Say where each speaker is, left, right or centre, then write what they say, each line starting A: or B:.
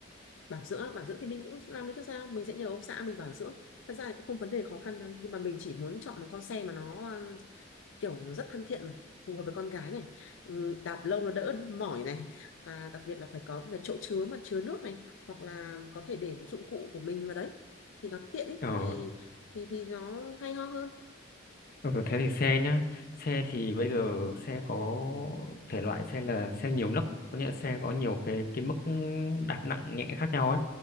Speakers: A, on the left; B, on the left.
A: bảo dưỡng bảo dưỡng thì mình cũng làm được chứ sao mình sẽ nhờ ông xã mình bảo dưỡng thật ra thì cũng không vấn đề khó khăn đâu nhưng mà mình chỉ muốn chọn một con xe mà nó um, kiểu nó rất thân thiện mà phù hợp với con gái này Ừm, đạp lâu nó đỡ mỏi này và đặc biệt là phải có một cái chỗ chứa mà chứa nước này hoặc là có thể để một dụng cụ của mình vào đấy thì nó tiện ấy
B: ờ
A: thì thì thì nó hay ho hơn
B: ừ, thế thì xe nhá xe thì bây giờ xe có thể loại xe là xe nhiều nấc có nghĩa là xe có nhiều cái cái mức đạp nặng nhẹ khác nhau ấy